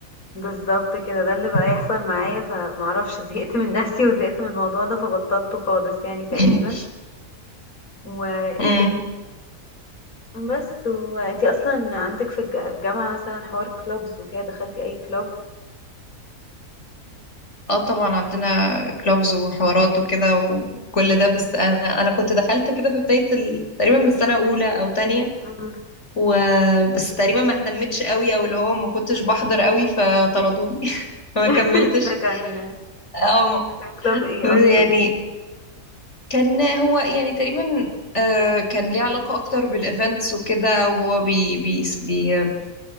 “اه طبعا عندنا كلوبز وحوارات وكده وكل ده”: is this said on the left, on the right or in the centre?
Left